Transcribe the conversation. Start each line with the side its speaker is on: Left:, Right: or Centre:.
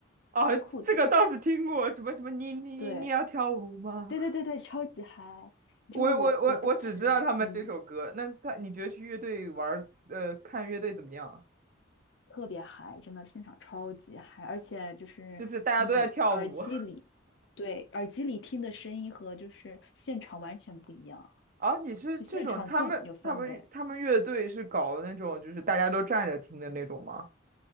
Right: 啊，
Left: 新裤子，
Right: 这个倒是听过，什么什么，你你你你要跳舞吗？
Left: 对对对对对，超级嗨！
Right: <laughs> 我我我我只知道他们这首歌。
Left: 就我我当时嗯
Right: 那他，你觉得去乐队玩儿呃，看乐队怎么样啊？
Left: 特别嗨，真的现场超级嗨，而且就是你耳机里对耳机里听的声音和就是现场完全不一样，
Right: 是不是大家都在跳舞？啊，你是这种他们他们他们乐队是搞的那种，
Left: 就现场更有氛围，
Right: 就是大家都站着听的那种吗？